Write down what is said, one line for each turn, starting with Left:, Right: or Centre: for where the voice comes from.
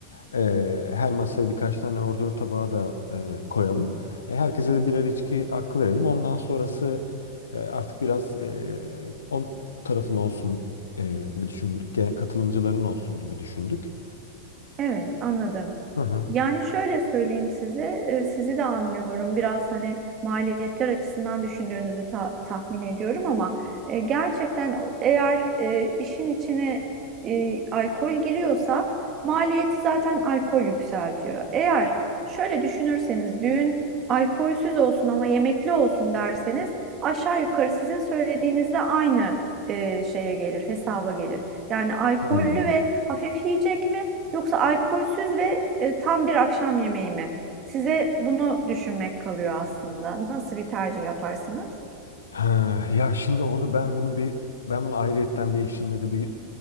Left: Ee, her masaya birkaç tane ordör tabağı da e, koyalım. E, herkese de birer içki hakkı verelim. Ondan sonrası e, artık biraz e, on tarafın olsun e, gibi düşündük. Ge- Katılımcıların olsun gibi düşündük.
Right: Evet, anladım.
Left: Hı hı.
Right: Yani şöyle söyleyeyim size, e, sizi de anlıyorum. Biraz hani maliyetler açısından düşündüğünüzü ta- tahmin ediyorum ama e, gerçekten o- eğer e, işin içine e, alkol giriyorsa maliyeti zaten alkol yükseltiyor. Eğer şöyle düşünürseniz düğün alkolsüz olsun ama yemekli olsun derseniz aşağı yukarı sizin söylediğinizle aynı e, şeye gelir, hesaba gelir. Yani alkollü
Left: Hmm.
Right: ve hafif yiyecek mi? Yoksa alkolsüz ve e, tam bir akşam yemeği mi? Size bunu düşünmek kalıyor aslında. Nasıl bir tercih yaparsınız?
Left: Ha, ya şimdi orada ben bunu bir ben bunu ayrıyetten bir eşimle de bir